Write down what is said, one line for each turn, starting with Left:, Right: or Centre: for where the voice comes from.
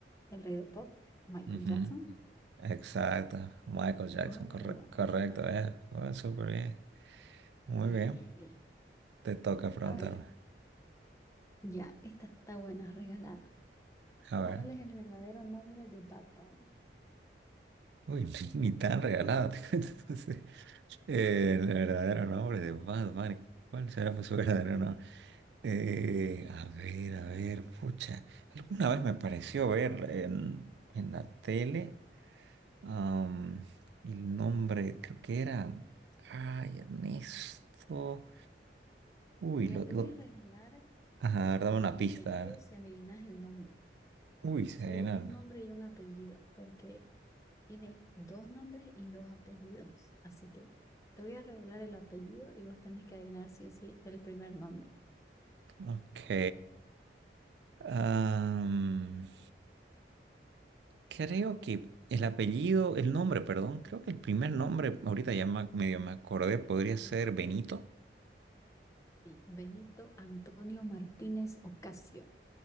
Left: el rey del pop, Michael
Right: Ujú.
Left: Jackson.
Right: Exacto, Michael Jackson,
Left: Muy
Right: corre-
Left: buena.
Right: correcto, eh. Bueno, súper bien, muy
Left: Bien,
Right: bien,
Left: bien, bien.
Right: te toca preguntarme,
Left: A ver, ya, esta está buena, regalada.
Right: a
Left: ¿Cuál
Right: ver,
Left: es el verdadero nombre de Bad Bunny?
Right: uy, <laughs> ni, ni tan regalado, <laughs> Entonces, eh, el verdadero nombre de Bad Bunny, ¿cuál será pues, su verdadero nombre? Eh, a ver, a ver, pucha, alguna vez me pareció ver en, en la tele am, el nombre, creo que era, ay, Ernesto, uy,
Left: Mira,
Right: lo,
Left: te
Right: lo
Left: voy a regalar
Right: Ajá, a ver, dame una
Left: el
Right: pista.
Left: apellido si adivinas el nombre.
Right: Uy, se
Left: Solo
Right: vienen.
Left: un nombre y un apellido, porque Tiene dos nombres y dos apellidos, así que te voy a regalar el apellido y vos tenés que adivinar sí o sí el primer nombre.
Right: Ok. Am, creo que el apellido, el nombre, perdón, creo que el primer nombre, ahorita ya me- medio me acordé, podría ser Benito.
Left: Sí, Benito Antonio Martínez Ocasio.